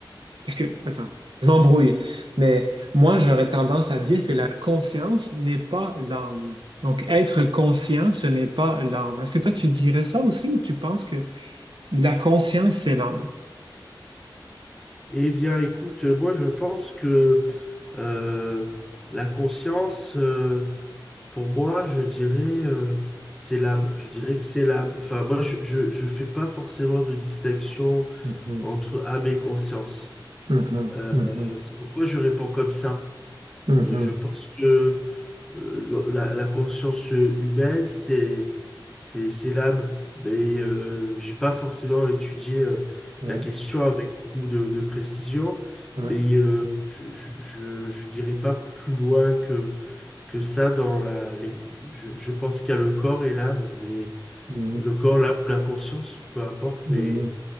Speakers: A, on the right; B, in the centre.
A: parce que, attends, je m'embrouille, mais moi, j'aurais tendance à dire que la conscience n'est pas l'âme. Donc, être conscient, ce n'est pas l'âme. Est-ce que toi, tu dirais ça aussi ou tu penses que la conscience, c'est l'âme.
B: Eh bien, écoute, euh, moi, je pense que euh, la conscience... euh, Pour moi, je dirais euh, syllabe. Je dirais que syllabe. Enfin, moi, je, je, je fais pas forcément de distinction
A: Mhm,
B: entre âme et conscience.
A: mhm,
B: Euh,
A: mhm,
B: c'est pourquoi je réponds comme ça.
A: mhm.
B: Euh, je pense que euh, la, la conscience humaine, c'est c'est c'est l'âme. Mais euh, j'ai pas forcément étudié euh,
A: Ouais,
B: la question avec beaucoup de, de précision.
A: ouais,
B: Mais euh, je, je, je, je dirais pas plus loin que que ça dans la... les- Je, je pense qu'il y a le corps et l'âme, mais
A: mhm,
B: le corps, l'âme ou la conscience, peu importe,
A: mhm.
B: mais